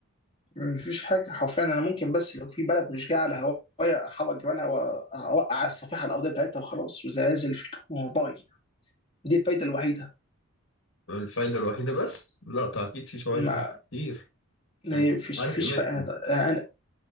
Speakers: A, on the left; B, on the left.
A: مفيش حاجه حرفيا انا ممكن بس لو في بلد مش جايه على هوايا احرك جبالها واوقع على الصفيحه الارضيه بتاعتها وخلاص وزلازل في باي دي الفايده الوحيده
B: الفايدة الوحيدة بس لا طيب اكيد في فوائد
A: ما
B: كتير
A: ما
B: ده أنت
A: فيش
B: عارف
A: فيش
B: قيمتهم
A: فا-